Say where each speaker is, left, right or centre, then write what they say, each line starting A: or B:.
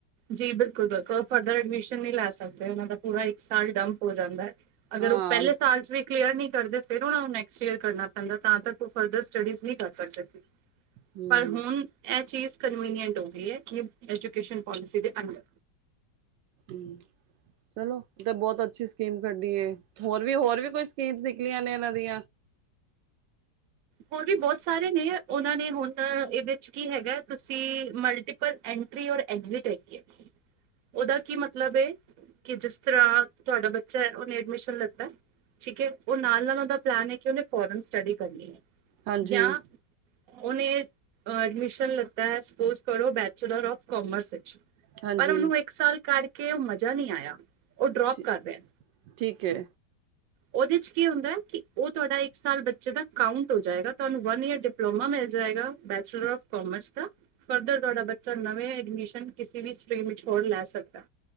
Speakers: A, on the right; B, on the right.
A: ਜੀ ਬਿਲਕੁਲ-ਬਿਲਕੁਲ ਫਰਦਰ ਐਡਮਿਸ਼ਨ ਨਹੀਂ ਲੈ ਸਕਦੇ, ਉਹਨਾਂ ਦਾ ਪੂਰਾ ਇੱਕ ਸਾਲ ਡੰਪ ਹੋ ਜਾਂਦਾ ਹਾਂ। ਅਗਰ
B: ਹਾਂ
A: ਉਹ ਪਹਿਲੇ ਸਾਲ ਚ ਵੀ ਕਲੀਅਰ ਨਹੀਂ ਕਰਦੇ ਫਿਰ ਉਹਨਾ ਨੂੰ ਨੈਕਸਟ ਈਅਰ ਕਰਨਾ ਪੈਂਦਾ ਤਾਂ ਤਕ। ਫਰਦਰ ਸਟੱਡੀਜ਼ ਨਈ ਕਰ ਸਕਦੇ ਸੀ
B: ਹਮ
A: ਪਰ ਹੁਣ। ਇਹ ਚੀਜ਼ ਕਨਵੀਨੀਐਂਟ ਹੋ ਗਈ ਏ, ਐਜੂਕੇਸ਼ਨ ਪੋਲਿਸੀ ਦੇ ਅੰਦਰ
B: ਹੂੰ। ਚਲੋ ਤੇ ਬੋਤ ਅੱਛੀ ਸਕੀਮ ਕੱਢੀ ਏ, ਹੋਰ ਵੀ ਹੋਰ ਵੀ ਕੋਈ ਸਕੀਮਸ ਹੈਗੀਆ ਨੇ ਇਹਨਾਂ ਦੀ
A: ਹੋਰ ਵੀ ਬੋਤ ਸਾਰੇ ਨੇ ਉਹਨਾਂ ਨੇ, ਹੁਣ ਇਹਦੇ ਚ ਕੀ ਹੈਗਾ ਤੁਸੀਂ ਮਲਟੀ ਪਰ ਐਂਟਰੀ ਔਰ ਐਗਜ਼ਿਟ ਹੈਗੀ ਏ, ਉਹਦਾ ਕੀ ਮਤਲਬ ਏ? ਕਿ ਜਿਸ ਤਰ੍ਹਾਂ ਤੁਹਾਡਾ ਬੱਚਾ ਐ ਉਹਨੇ ਐਡਮਿਸ਼ਨ ਲੀਤਾ ਠੀਕ ਏ, ਉਹ ਨਾਲ-ਨਾਲ ਉਹਦਾ ਪਲੈਨ ਹੈ ਕਿ ਉਹਨੇ ਫੋਰਨ ਸਟੱਡੀ ਕਰਨੀ ਏ
B: ਹਾਂਜੀ
A: ਜਾਂ ਉਹਨੇ ਐਡਮਿਸ਼ਨ ਲਤਾ ਐ ਸਪੋਜ ਕਰੋ ਬੈਚਲਰ ਆਫ ਕਾਮਰਸ ਵਿੱਚ।
B: ਹਾਂਜੀ
A: ਪਰ ਉਹਨੂੰ ਇੱਕ ਸਾਲ ਕਰਕੇ ਉਹ ਮਜ਼ਾ ਨਹੀਂ ਆਇਆ, ਉਹ ਡਰੋਪ
B: ਠੀ
A: ਕਰ ਰਿਹਾ।
B: ਠੀਕ ਐ।
A: ਉਹਦੇ ਚ ਕੀ ਹੁੰਦਾ ਐ ਕਿ ਉਹ ਤੁਹਾਡਾ ਇੱਕ ਸਾਲ ਬੱਚੇ ਦਾ ਕਾਉਂਟ ਹੋ ਜਾਏਗਾ ਤੁਹਾਨੂੰ ਵਨ ਈਅਰ ਡਿਪਲੋਮਾ ਮਿਲ ਜਾਏਗਾ ਬੈਚਲਰ ਆਫ ਕਮਰਸ ਦਾ। ਫਰਦਰ ਤੁਹਾਡਾ ਬੱਚਾ ਨਵੇਂ ਐਡਮਿਸ਼ਨ ਕਿਸੇ ਵੀ ਸਟਰੀਮ ਵਿੱਚ ਹੋਰ ਲੈ ਸਕਦਾ।